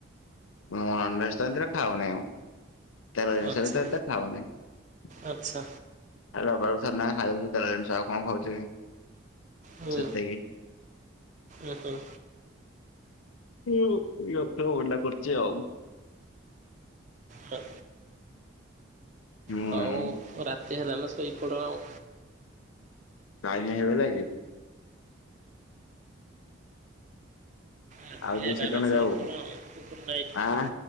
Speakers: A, on the left; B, on the right.
A: ମୁଁ ନନଭେଜ ଏମିତିରେ ଖାଉନି ଆ। ତଲ ଜିନିଷ
B: ଆଚ୍ଛା
A: ବି ତ ଏଟେ ଖାଉନି। ଆଉ
B: ଆଚ୍ଛା
A: ରବିବାର କୁ ଥରେ ନାଖା ଖାଇଦେଉଛି ତେଲ ଜିନିଷ। ଆଉ କଣ ଖାଉଛି କି।
B: ହୁଁ
A: ସେତିକି।
B: ଉହୁ।
A: ହୁଁ ଏ ଡାକ୍ତର ମନାକରିଛି ଆଉ।
B: ହଁ।
A: ହୁଁ
B: ହଉ ରାତି ହେଲାନା ଶୋଇପଡ ଆଉ।
A: ଟାଇମ ହେଇ ଗଲାକି?
B: ରାତି
A: ଆଉ
B: ହେଲାନା
A: ଦି ସେକେଣ୍ଡ
B: ଶୋଇପଡ
A: ଯାଉ
B: ଆଉ ଗୁଡ଼ନାଇଟ।
A: ଆଁ